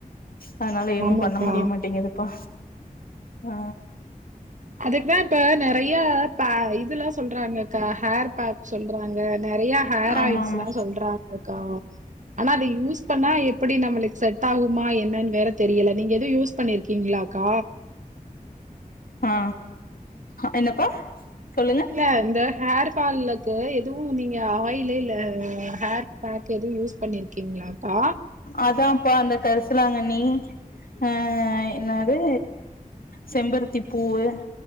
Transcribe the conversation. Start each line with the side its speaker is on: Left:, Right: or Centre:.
Left: அதனால இன்னு
Right: ஆமாக்கா.
Left: பண்ண முடியமாட்டிங்குதுப்பா ஆ
Right: அதுக்கு தா இப்ப நெறைய பா இதுல்லா சொல்றாங்க க ஹேர் பேக் சொல்றாங்க நெறைய ஹேர்
Left: ஆமா
Right: ஆயில்ஸ்
Left: ஆமா
Right: எல்லா சொல்றாங்கக்கா ஆனா அத யூஸ் பண்ணா எப்படி நம்மளுக்கு செட் டாகுமா என்னன்னு வேற தெரியல நீங்க எதுவு யூஸ் பண்ணிருக்கீங்களாக்கா
Left: ஆ என்னப்பா சொல்லுங்க
Right: கா இந்த ஹேர் ஃபாலுக்கு எதுவு நீங்க ஆயில்லு இல்ல ஹேர் ஃபேக் எதுவு யூஸ் பண்ணியிருக்கீங்களாக்கா?
Left: அதான்பா அந்த கரிசலாங்கண்ணி ஆ என்னாது செம்பருத்தி பூவு